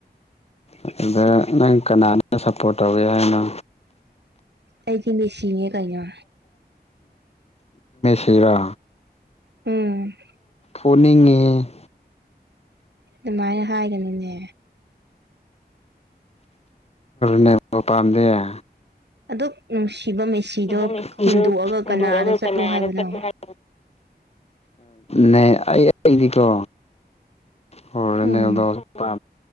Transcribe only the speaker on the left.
ꯑꯗꯨꯗ ꯅꯪ ꯀꯅꯥꯅ ꯁꯞꯄꯣꯔꯠ ꯇꯧꯋꯤ ꯍꯥꯏꯅꯣ
ꯁꯤꯔ
ꯄꯨꯅꯤꯡꯉꯤ
ꯅꯤꯃ ꯄꯥꯟꯗꯦꯌꯥ
ꯑꯗꯨꯝꯕꯅꯨꯡꯁꯤꯗꯣ
ꯍꯨꯟꯗꯣꯛꯑꯒ
ꯆꯔ
ꯆꯠꯂ ꯍꯥꯏ ꯅ ꯑꯩꯗꯤꯀꯣ ꯍꯔ
ꯅꯗ ꯑ